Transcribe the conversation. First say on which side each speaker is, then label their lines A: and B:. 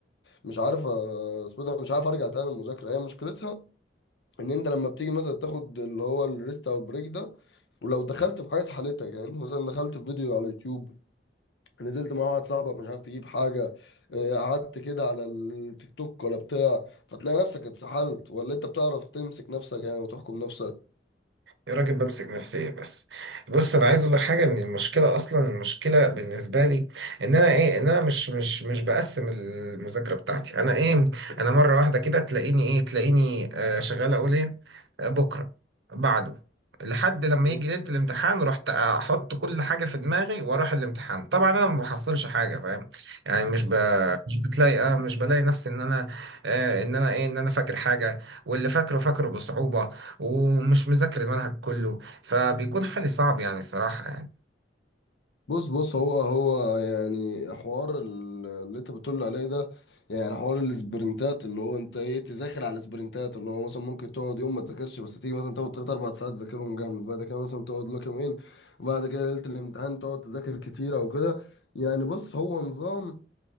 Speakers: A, on the left; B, on the right.
A: مش عارف أ- اسمه إيه ده مش عارف ارجع تاني المذاكره هي مشكلتها ان انت لما بتيجي مثلا تاخد اللي هو الريست او البريك ده ولو دخلت في حاجه سحلتك يعني مثلا دخلت في فيديو على اليوتيوب نزلت مع واحد صاحبك مش عارف تجيب حاجه آه، قعدت كده على التيك توك ولا بتاع فتلاقي نفسك اتسحلت ولا انت بتعرف تمسك نفسك يعني وتحكم نفسك
B: يا راجل بمسك نفسي إيه بس بص انا عايز اقول لك حاجه ان المشكله اصلا المشكله بالنسبه لي ان انا ايه ان انا مش مش مش بقسم المذاكره بتاعتي انا ايه انا مره واحده كده تلاقيني ايه تلاقيني آه شغال اقول ايه آه، بكره بعده لحد لما
A: <laughs>
B: يجي ليله الامتحان رحت احط كل حاجه في دماغي واروح الامتحان طبعا انا ما بحصلش حاجه فاهم يعني مش ب... مش بتلاقي اه مش بلاقي نفسي ان انا آه ان انا ايه ان انا فاكر حاجه واللي فاكره فاكره بصعوبه ومش مذاكر المنهج كله فبيكون حالي صعب يعني صراحة يعني
A: بص بص هو هو يعني حوار ال- اللي انت بتقول عليه ده يعني حوار السبرنتات اللي هو انت ايه تذاكر على السبرنتات اللي هو مثلا ممكن تقعد يوم ما تذاكرش بس تيجي مثلا تاخد تلات اربع ساعات تذاكرهم جامد بعد كده مثلا تقعد لك يومين وبعد كده ليلة الامتحان تقعد تذاكر كتير او كده يعني بص هو نظام